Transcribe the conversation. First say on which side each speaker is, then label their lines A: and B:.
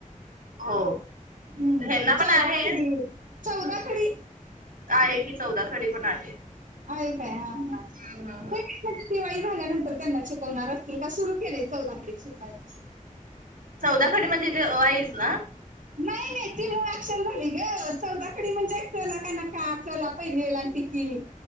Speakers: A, on the right; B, on the right.
A: हो.
B: हम्म
A: ह्यांना
B: चौदा
A: पण आहे
B: खडी चौदा खडी
A: आहे कि चौदाथडी पण आहे.
B: आहे का हा हा.
A: हम्म हम्म हम्म
B: दिवाळी झाल्यानंतर त्यांना शिकवणार असतील का सुरू केलेय चौदाखडी शिकवायला.
A: चौदा खडी म्हणजे ते अ आई च ना.
B: नाही नाही त मूळ ऍक्शन झाली ग चौदाखडी म्हणजे क ला काना का क ला पहिली विलटी कि